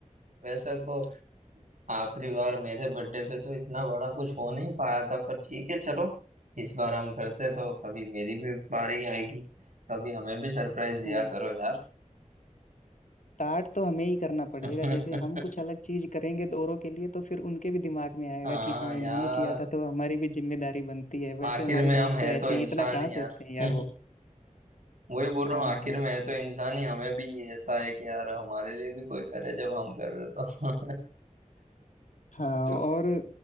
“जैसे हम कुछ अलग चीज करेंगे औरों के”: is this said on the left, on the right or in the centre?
Left